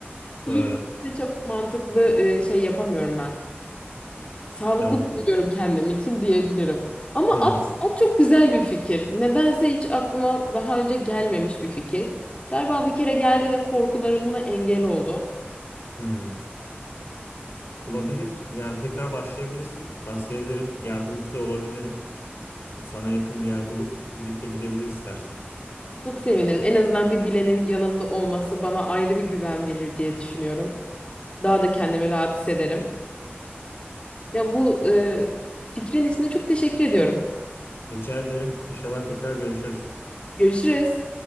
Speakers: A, on the left; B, on the left.
A: yürüyüşte
B: Doğru.
A: çok mantıklı e, şey yapamıyorum ben. Sağlıklı
B: Anladım.
A: bulmuyorum kendim için diyebilirim. Ama
B: Hı hı.
A: at, at çok güzel bir fikir. Nedense hiç aklıma daha önce gelmemiş bir fikir. Galiba bir kere geldi ve korkularım buna engel oldu.
B: Hmm. Olabilir. Yani tekrar başlayabilirsin. Tavsiye ederim. Yardımcı da olabilirim. E, Sana yakın bir yer bulup birlikte gidebiliriz istersen.
A: Çok sevinirim. En azından bir bilenin yanımda olması bana ayrı bir güven verir diye düşünüyorum. Daha da kendimi rahat hissederim. Ya bu e, fikrin içinde çok teşekkür ediyorum.
B: Rica ederim. İnşallah tekrar görüşürüz.
A: Görüşürüz.